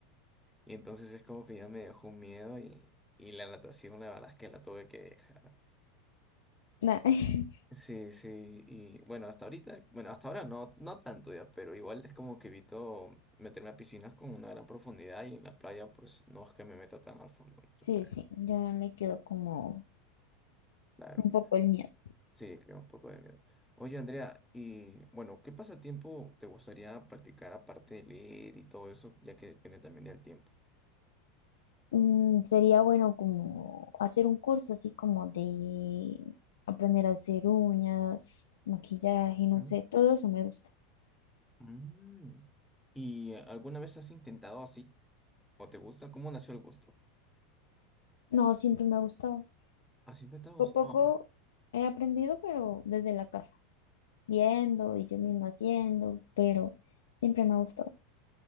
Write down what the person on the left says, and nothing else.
na- <laughs>
Sí,
sí, ya le quedó como
un poco el miedo.
Mm, sería bueno como hacer un curso así como de aprender a hacer uñas, maquillaje, no
sé, todo eso me gusta.
No, siempre me ha gustado.
Poco a poco he aprendido, pero desde la casa. viendo y yo misma haciendo, pero siempre me ha gustado.